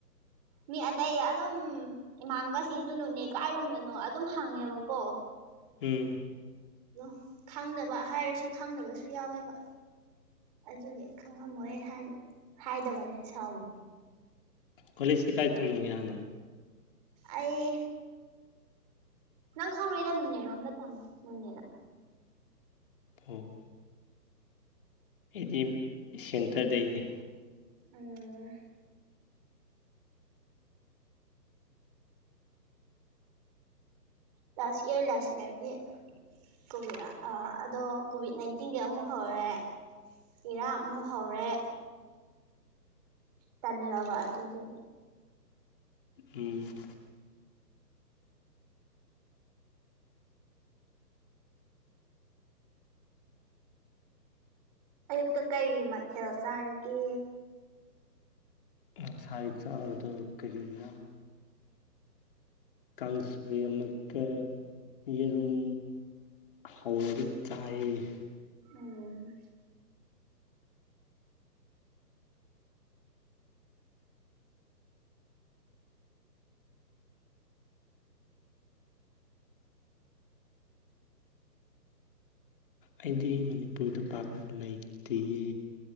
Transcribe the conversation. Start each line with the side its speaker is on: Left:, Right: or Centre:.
Right: ꯃꯤ ꯑꯇꯩ ꯑꯗꯨꯝ ꯏꯃꯥꯟꯅꯕꯁꯤꯡꯁꯨꯅꯦ ꯀꯥꯏꯔꯣꯝꯗꯅꯣ ꯑꯗꯨꯝ ꯍꯪꯉꯦꯕꯀꯣ
Left: ꯎꯝ
Right: ꯑꯗꯣ ꯈꯪꯗꯕ ꯍꯥꯏꯔꯁꯨ ꯈꯪꯗꯕꯁꯨ ꯌꯥꯎꯋꯦꯕ ꯑꯗꯨꯒꯤ ꯈꯪꯉꯝꯃꯣꯏ ꯍꯥꯏꯗꯕꯅꯦ ꯁꯥꯎꯅꯨ
Left: ꯀꯣꯂꯦꯖꯇꯤ ꯀꯥꯏ ꯇꯝꯃꯒꯦ ꯍꯥꯟꯅ
Right: ꯑꯩ ꯅꯪ ꯈꯪꯔꯣꯏꯗ ꯅꯣꯅꯦꯔꯣꯝꯗ ꯇꯝꯃꯤ ꯅꯣꯅꯦꯗ
Left: ꯑꯣ ꯑꯩꯗꯤ ꯁꯦꯟꯇꯔꯗꯩꯅꯤ
Right: ꯎꯝ ꯂꯥꯁ ꯏꯔ ꯂꯥꯁ ꯏꯔꯗꯤ ꯀꯣꯚꯤꯠ ꯑꯗꯣ ꯀꯣꯚꯤꯠ ꯅꯥꯏꯟꯇꯤꯟꯒꯤ ꯑꯃꯨꯛ ꯍꯧꯔꯦ ꯏꯔꯥꯡ ꯑꯃꯨꯛ ꯍꯧꯔꯦ ꯇꯜꯂꯕ ꯑꯗꯨꯗꯤ
Left: ꯎꯝ
Right: ꯑꯌꯨꯛꯇ ꯀꯔꯤ ꯃꯊꯦꯜ ꯆꯥꯔꯒꯦ
Left: ꯉꯁꯥꯏ ꯆꯥꯒꯤꯗꯨ ꯀꯔꯤꯔ ꯀꯥꯡꯁꯣꯢ ꯑꯃꯨꯛꯀ ꯌꯦꯔꯨꯝ ꯍꯧꯔꯒ ꯆꯥꯏ
Right: ꯎꯝ
Left: ꯑꯩꯗꯤ ꯃꯅꯤꯄꯨꯔꯗ ꯄꯥꯛꯅ ꯂꯩꯇꯤꯌꯦ